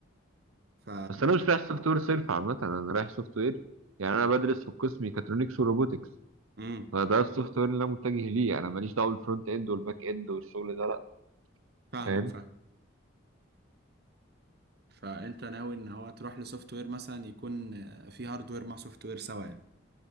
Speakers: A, on the right; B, on the right.
A: ف
B: بس أنا مش رايح سوفت وير صرف عامة أنا رايح سوفت وير يعني أنا بدرس في القسم ميكاترونكس وروبوتكس
A: امم
B: فده السوفت وير اللي أنا متجه ليه أنا ماليش دعوة بالفرونت إند والباك إند والشغل ده لأ
A: فاهمك
B: فاهم
A: فاهمك فانت ناوي ان هو تروح لسوفت وير مثلا يكون في هاردوير مع سوفت وير سوا يعني